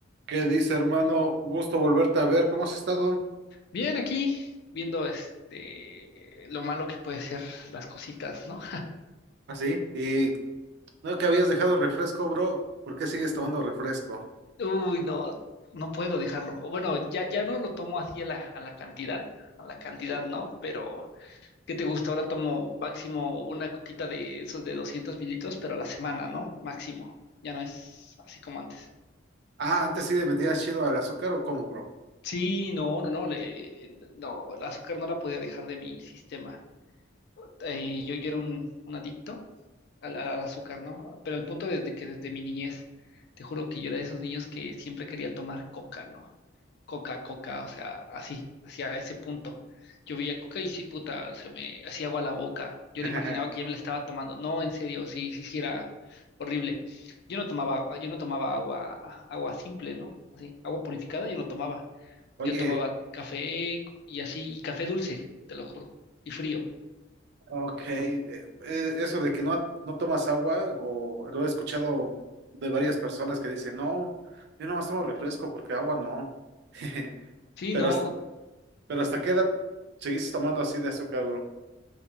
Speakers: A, on the right; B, on the left.
A: ¿Qué dice, hermano? Gusto volverte a ver. ¿Cómo has estado?
B: Bien, aquí viendo este eh, lo malo que puede ser las cositas, ¿no?
A: Así. Y no que habías dejado el refresco, bro. ¿Por qué sigues tomando refresco?
B: Uy, no, no puedo dejarlo. O Bueno, ya, ya no lo tomo así a la, a la cantidad, a la cantidad, ¿no? Pero, ¿qué te gusta? Ahora tomo máximo una coquita de esos de 200 mililitros, pero a la semana, ¿no? Máximo. Ya no es así como antes.
A: Ah, antes sí le metías chido al azúcar o cómo, bro.
B: Sí, no, no, no, le- no, el azúcar no la podía dejar de mi sistema. Eh, yo, yo era un, un adicto al, al- al azúcar, ¿no? Pero el punto desde que desde mi niñez, te juro que yo era de esos niños que siempre quería tomar coca, ¿no? Coca, coca, o sea, así, hacia ese punto. Yo veía coca y sí, puta, se me hacía agua la boca. Yo
A: <laughs>
B: le imaginaba que ya me la estaba tomando. No, en serio, sí, sí, sí era horrible. Yo no tomaba, yo no tomaba agua, agua simple, ¿no? Así, agua purificada yo no tomaba.
A: Oye,
B: Yo tomaba café y así, y café dulce, te lo juro, y frío.
A: ok. eh, eh, Eso de que no, no tomas agua, o lo he escuchado de varias personas que dicen, no, yo nomás tomo refresco porque agua no. <laughs>
B: Sí,
A: Pero,
B: no,
A: has- pero ¿hasta qué edad seguiste tomando así de azúcar, bro?